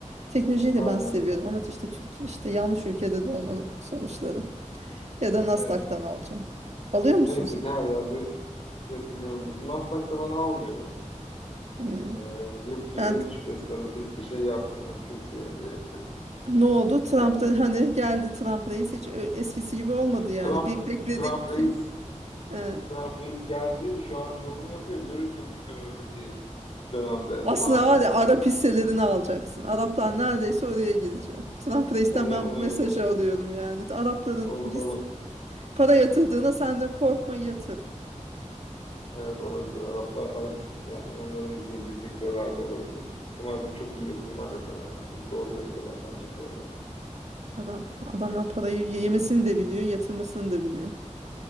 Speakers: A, on the right; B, on the left.
A: Teknolojiyi
B: Aynen.
A: de ben seviyorum ama işte Türkiye işte yanlış ülkede doğmanın sonuçları. Ya da Nasdaq'tan
B: Evet.
A: alacağım. Alıyor
B: Neyse
A: musun sen?
B: ki her yerde yatırmıyor biliyorsun. Nasdaq'ta ben almıyorum.
A: Hmm.
B: Ee, yurt, yurt
A: Ha,
B: dışı piyasalarında pek bir şey yapmıyorum. Ben Türkiye'de yapıyorum
A: ne oldu? Trump
B: sadece.
A: da hani geldi Trump reis hiç ö- eskisi gibi olmadı yani.
B: Trump,
A: Bir bekledik
B: Trump reis,
A: ki. e,
B: Trump reis geldi. Şu an yolunu yapıyor. Görürsün önümüzdeki dönemde
A: aslında
B: ne yapıyor.
A: var
B: Trump
A: ya Arap
B: reis
A: hisselerini alacaksın. Araplar neredeyse oraya gidecek. Trump reisten
B: Ola-
A: ben
B: olabilir.
A: bu mesajı alıyorum yani. Arapların
B: Ol,
A: his,
B: ol,
A: para yatırdığına sen de korkma yatır.
B: Evet olabilir. Araplar, Arap yani onların girdiği sektörlerde olabilir. Onlar zaten çok iyi yatırımlar yapıyorlar yani. Çok doğru yönetiyorlar bence paralarını.
A: Adam adamlar parayı yemesini de biliyor, yatırmasını da biliyor.